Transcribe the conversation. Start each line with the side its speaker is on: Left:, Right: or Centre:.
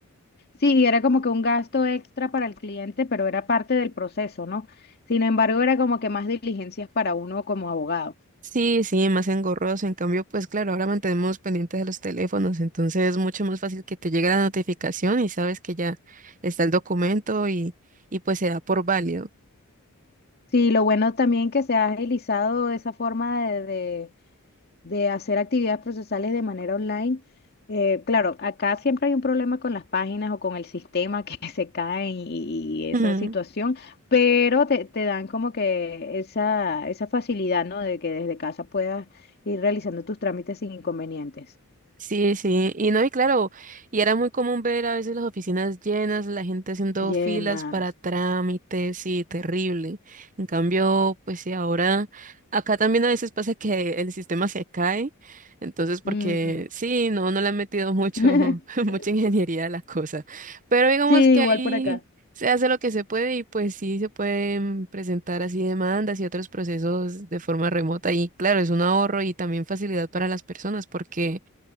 Left: sí, era como que un gasto extra para el cliente, pero era parte del proceso, ¿no? Sin embargo, era como que más diligencias para uno como abogado.
Right: Sí, sí, más engorroso. En cambio, pues claro, ahora mantenemos pendientes de los teléfonos, entonces es mucho más fácil que te llegue la notificación y sabes que ya está el documento y, y pues se da por válido.
Left: Sí, lo bueno también que se ha agilizado esa forma de, de hacer actividades procesales de manera online. Eh, claro, acá siempre hay un problema con las páginas o con el sistema que <laughs> se caen y, y esa
Right: <laughs>
Left: situación, pero te, te dan como que esa, esa facilidad, ¿no? De que desde casa puedas ir realizando tus trámites sin inconvenientes.
Right: Sí, sí, y no, y claro, y era muy común ver a veces las oficinas llenas, la gente haciendo
Left: Llenas.
Right: filas para trámites y terrible. En cambio, pues sí, ahora acá también a veces pasa que el sistema se cae, entonces porque
Left: Mm.
Right: sí, no, no le han metido mucho,
Left: <laughs>
Right: <laughs> mucha ingeniería a la cosa, pero digamos
Left: Sí,
Right: que
Left: igual
Right: ahí
Left: por acá.
Right: se hace lo que se puede y pues sí se pueden presentar así demandas y otros procesos de forma remota y claro, es un ahorro y también facilidad para las personas porque